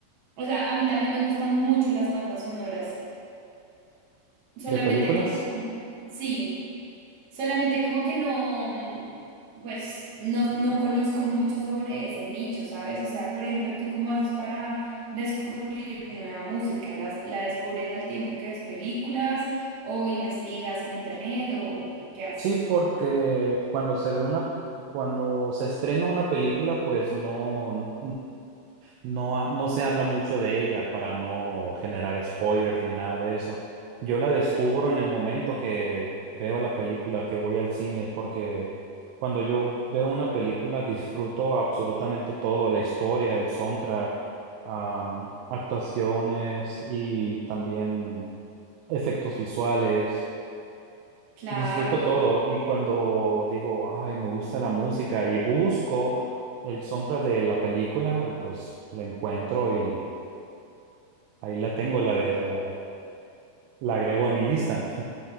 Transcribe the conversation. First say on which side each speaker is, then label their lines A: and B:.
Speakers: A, on the right; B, on the right.
A: o sea, a mí también me gustan mucho las bandas sonoras, solamente
B: ¿De películas?
A: que sí. Solamente como que no, mm, pues no, no conozco mucho sobre ese nicho, ¿sabes? O sea, por ejemplo, ¿tú cómo haces para descubrir nueva música? ¿Las- ¿La, descubres al tiempo que ves películas o investigas en internet o qué haces?
B: Sí, porque cuando se ve una, cuando se estrena una película, pues no. No, ha- no se habla mucho de ella para no generar spoilers ni nada de eso. Yo la descubro
A: Sí.
B: en el momento que veo la película, que voy al cine, porque cuando yo veo una película disfruto absolutamente todo, la historia, el soundtrack, am, actuaciones y también efectos visuales.
A: Claro,
B: Disfruto todo y cuando digo, ay, me gusta la música y busco el soundtrack de la película y pues la encuentro y ahí la tengo, la de la, la agrego a mi lista.